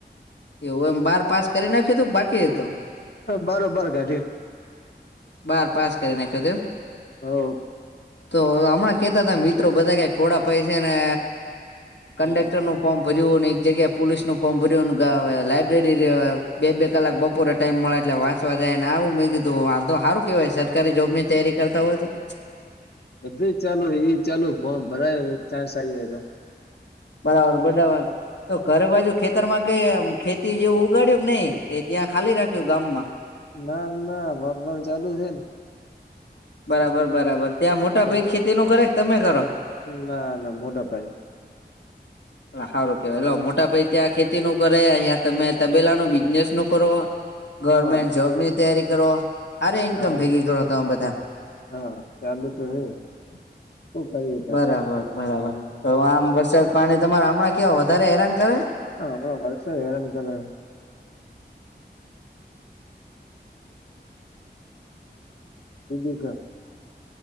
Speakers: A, on the left (about 80°); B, on the left (about 65°).
A: એવું એમ બાર પાસ કરી નાખ્યું તું બાકી હતું
B: બારો બાર <unintelligible>
A: બાર પાસ કરી નાખ્યું તું એમ
B: હવ
A: તો હમણાં કેતા હતા મિત્રો બધા કે ખોડા પૈસે ને
B: હમ
A: કંડેક્ટરનું ફોર્મ ભર્યું અને એક જગ્યા પોલીસ નું ફોર્મ ભર્યું લાયબ્રેરી બે બે કલાક બપોરે ટાઈમ મળે એટલે વાચવા જાય ને આવું મેં કીધુંં આતો હારું કેવાય સરકારી જોબ ની તૈારી કરતા હોય તો
B: બધુંય ચાલુ એ ચાલુ ફોમ ભરાય ચાન્સ <unintelligible>
A: બરાબર બરાબર તો ઘર બાજુ ખેતર માં કઈ ખેતી જેવું ઉગાડ્યું કે નહી કે ત્યાં ખાલી રાખ્યું ગામ માં
B: ના ના <unintelligible> ચાલુ છે ન
A: બરાબર બરાબર ત્યાં મોટા
B: ને
A: ભાઈ ખેતી નું કરે તમે કરો
B: ના ના મોટા ભાઈ
A: હારું કેવાય લો મોટા ભાઈ ત્યાં ખેતી નું કરે અયાં તમે તબેલા નું બિઝનેસ નું કરો ગવર્મેન્ટ
B: હા
A: જોબ ની તૈયારી કરો હારી ઇન્કમ
B: હા
A: ભેગી કરો તમેં બધા
B: હા ચાલુ તો હે શું કરીએ ત
A: બરાબર બરાબર તો આમ વરસાદ પાણી તમારા હમણાં કેવા વધારે હેરાન કરે
B: હ હમણા વર્ષ હેરાન કરે. બીજું કે